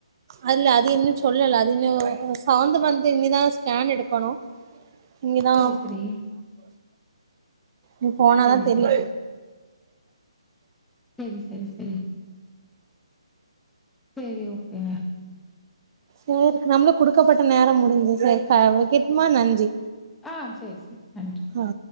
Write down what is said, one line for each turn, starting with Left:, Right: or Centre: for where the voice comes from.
Right: அதுல்ல அது இன்னு சொல்லல அது இன்னு சவந்த் மந்த் இனிதான் ஸ்கேன் எடுக்கணும் இங்கதான்
Centre: சரி, சரி.
Right: <unintelligible> போனாதா
Centre: சரி,
Right: தெரியு
Centre: ம் செரி செரி செரி ஓகேங்க
Right: செரி நம்மளுக்கு குடுக்கப்பட்ட நேரம் முடிஞ்சது செரி வெக்கட்டுமா நன்றி
Centre: ஹ செரி செரி நன்றி
Right: ஆ